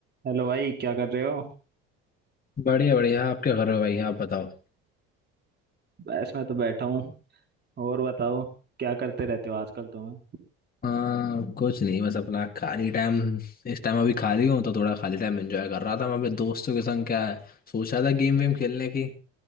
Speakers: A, on the right (about 35°); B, on the left (about 30°).
A: Hello भाई क्या कर रहे हो
B: बढ़िया बढ़िया आप क्या कर रहे हो भाई आप बताओ
A: बस मैं तो बैठा हूँ और बताओ क्या करते रहते हो आजकल तुम्हें
B: हाँ कुछ नहीं बस अपना खाली टाइम इस टाइम अभी खाली हूँ तो थोड़ा खाली टाइम एंजॉय कर रहा था मैं अपने दोस्तों के संग क्या है सोचा था गेम वेम खेलने की